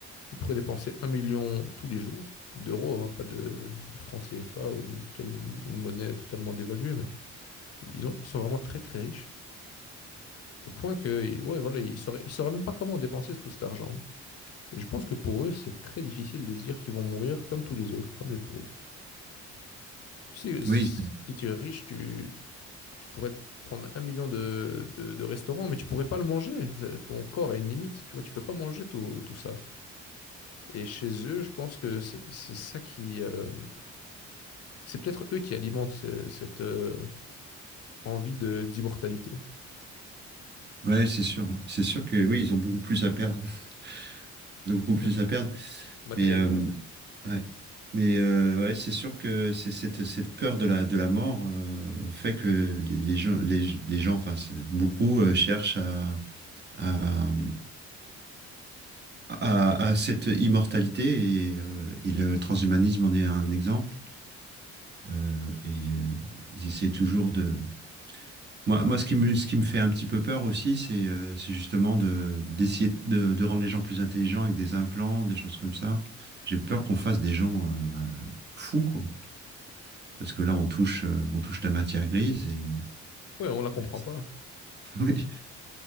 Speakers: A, on the left; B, on the right.
A: Il pourrait dépenser un million tous les jours d'euros, hein, pas de, de francs CFA ou de quelle- une monnaie totalement dévaluée, mais ils ont, ils sont vraiment très très riches. Au point que, ouais, voilà, ils sauraient, ils sauraient même pas comment dépenser tout cet argent. Et je pense que pour eux, c'est très difficile de se dire qu'ils vont mourir comme tous les autres, comme les pauvres. Tu sais, si,
B: Oui,
A: si tu es riche, tu, tu pourrais te prendre un million de, de, de restaurants, mais tu pourrais pas le manger. C'est- Ton corps a une limite, tu vois, tu peux pas manger tout, tout ça. Et chez eux, je pense que c'est c'est ça qui, euh, C'est peut-être eux qui alimentent ce- cette euh, envie de d'immortalité.
B: ouais, c'est sûr. ouais. C'est sûr que oui, ils ont beaucoup plus à perdre. <laughs> Ils ont beaucoup plus
A: Ouais,
B: à perdre.
A: matériellement,
B: Mais euh,
A: ouais.
B: ouais. Mais euh, ouais, c'est sûr que c'est cette, cette peur de la de la mort euh, fait que les, les gens les, les gens enfin c'est- beaucoup euh, cherchent à à, à à cette immortalité et, euh, et le transhumanisme en est un exemple euh, et euh, ils essaient toujours de Moi, moi, ce qui me, ce qui me fait un petit peu peur aussi, c'est euh, c'est justement de d'essayer de, de rendre les gens plus intelligents avec des implants, des choses comme ça. J'ai peur qu'on fasse des gens euh, fous, quoi. Parce que là, on touche, euh, on touche la matière grise et
A: Ouais, on la
B: ça-
A: comprend pas.
B: <laughs> oui.